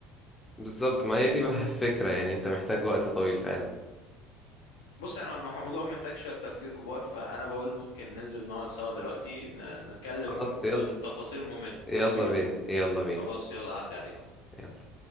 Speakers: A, on the left; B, on the left.
A: بالظبط ما هي دي بقى <laughs> الفكرة يعني انت محتاج وقت طويل فعلا
B: بص يعني هو المح- الموضوع محتاج شويه تفكير كبار فانا بقول ممكن ننزل نقعد سوا دلوقتي ن- نتكلم
A: خلاص يلا
B: بالتفاصيل الممله
A: يلا
B: يلا بينا
A: بينا يلا بينا
B: خلاص يلا عدي عليكم
A: يلا.